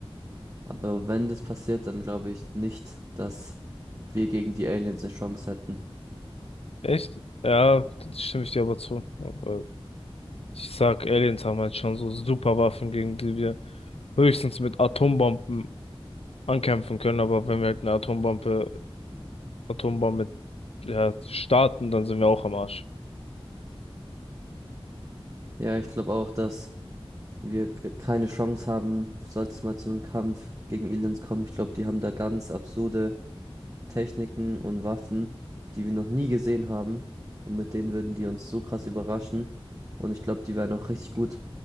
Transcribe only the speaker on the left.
Echt? Ja, da stimme ich dir aber zu. Aber Ich sag, Aliens haben halt schon so super Waffen, gegen die wir höchstens mit Atombomben ankämpfen können, aber wenn wir halt eine Atombombe, Atombombe, ja, starten, dann sind wir auch am Arsch.